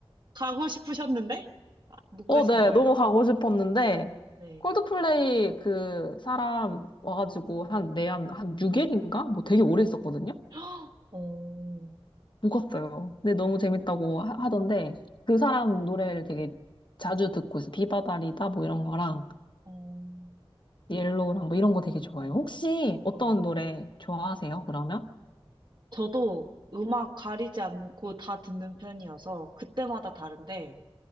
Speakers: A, on the right; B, on the left.
A: 가고 싶으셨는데? 아, 못
B: 어,
A: 가신
B: 네
A: 거예요?
B: 너무 가고 싶었는데
A: 네.
B: 콜드플레이 그 사람 와가지고 한 내한 한 6일인가 뭐 되게 오래 있었거든요.
A: 헉, 어,
B: 못 갔어요. 근데 너무 재밌다고 하- 하던데 그 사람 노래를 되게 자주 듣고 있어. 비바다리다 뭐 이런 거랑
A: 어,
B: 옐로우랑 뭐 이런 거 되게 좋아해요. 혹시 어떤
A: 어.
B: 노래 좋아하세요? 그러면?
A: 저도 음악 가리지 않고 다 듣는 편이어서 그때마다 다른데,